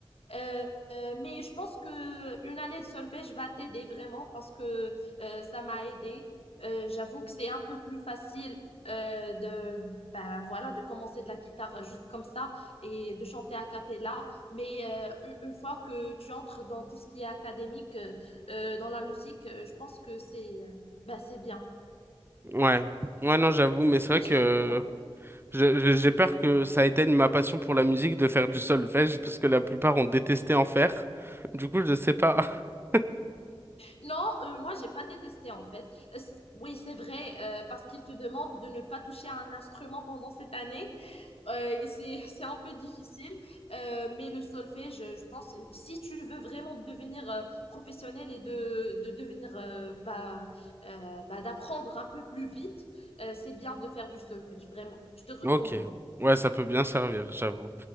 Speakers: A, on the left; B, on the right.
A: Euh, euh, mais je pense que une année de solfège va t'aider vraiment parce que euh, ça m'a aidé. Euh, j'avoue que c'est un peu plus facile euh, de ben voilà de commencer de la guitare juste comme ça et de chanter a cappella. Mais euh, une une fois que tu entres dans tout ce qui est académique euh, euh, dans la musique, euh, je pense que c'est euh, ben, c'est bien.
B: Ouais. Ouais, non, j'avoue, mais c'est
A: Moi,
B: vrai que
A: je te recommande.
B: je- je- j'ai peur que ça éteigne ma passion pour la musique de faire du solfège, parce que la plupart ont détesté en faire. Du coup, je sais pas. <laughs>
A: Non, euh, moi, j'ai pas détesté en fait. Euh, c- oui, c'est vrai, euh, parce qu'il te demande de ne pas toucher à un instrument pendant cette année. Euh, et c'est, <laughs> c'est un peu difficile, Euh, mais le solfège, je, je pense, si tu veux vraiment devenir euh, professionnel et de, de devenir, euh, bah, euh, bah, d'apprendre un peu plus vite, euh, c'est bien de faire du solfège, vraiment. Je te recommande.
B: Ok. Ouais, ça peut bien servir, j'avoue.